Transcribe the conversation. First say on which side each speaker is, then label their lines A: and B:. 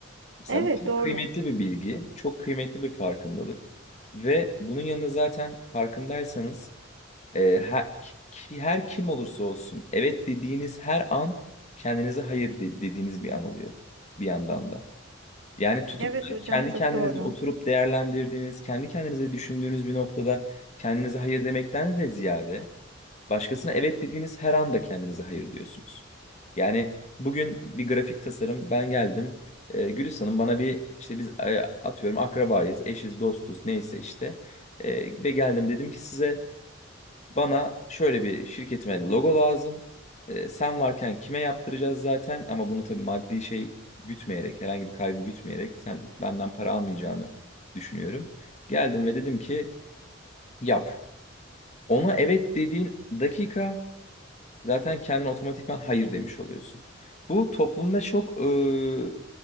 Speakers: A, on the left (about 35°); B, on the right (about 65°).
A: Mesela
B: Evet
A: bu çok
B: doğru.
A: kıymetli bir bilgi, çok kıymetli bir farkındalık ve bunun yanında zaten farkındaysanız Ee, her, ki- her kim olursa olsun evet dediğiniz her an kendinize hayır de- dediğiniz bir an oluyor bir yandan da. Yani tutup
B: Evet
A: da
B: hocam
A: kendi
B: çok
A: kendinize
B: doğru.
A: oturup değerlendirdiğiniz, kendi kendinize düşündüğünüz bir noktada kendinize hayır demekten de ziyade başkasına evet dediğiniz her anda kendinize hayır diyorsunuz. Yani bugün bir grafik tasarım ben geldim. Ee, Gülis Hanım bana bir işte biz e, atıyorum akrabayız, eşiz, dostuz neyse işte. Ee, ve geldim dedim ki size bana şöyle bir şirketime logo lazım. Ee, sen varken kime yaptıracağız zaten ama bunu tabii maddi şey gütmeyerek, herhangi bir kaybı gütmeyerek sen benden para almayacağını düşünüyorum. Geldim ve dedim ki yap. Ona evet dediğin dakika zaten kendine otomatikman hayır demiş oluyorsun. Bu toplumda çok e,